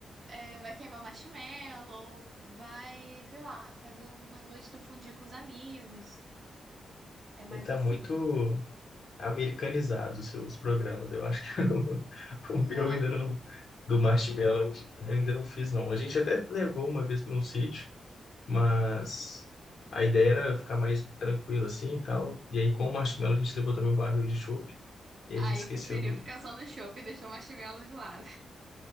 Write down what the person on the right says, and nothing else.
É, vai queimar marshmallow, vai, sei lá, fazer uma noite do fundir com os amigos. É mais
assim.
Não.
Aí
preferiu
ficar só no shopping e deixou o marshmallow de lado.